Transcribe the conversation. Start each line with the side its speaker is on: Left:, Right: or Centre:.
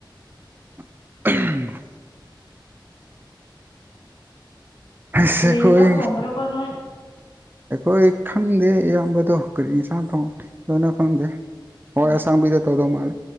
Right: <unintelligible> ꯍꯁ
Left: ꯀꯔꯤ
Right: ꯑꯈꯣꯏ
Left: ꯌꯦꯟꯖꯥꯡ ꯊꯣꯡꯕ꯭ꯔꯥꯀꯣ ꯅꯣꯏ
Right: ꯑꯩꯈꯣꯏ ꯈꯪꯗꯦ ꯏꯌꯥꯝꯕꯗꯣ ꯀꯔꯤ ꯏꯟꯁꯥꯡ ꯊꯣꯡ ꯗꯣꯏꯅꯣ ꯈꯪꯗꯦ ꯍꯋꯥꯏ
Left: ꯎꯝ
Right: ꯑꯁꯥꯡꯕꯤꯗ ꯇꯧꯗꯧ ꯃꯥꯜꯂꯦ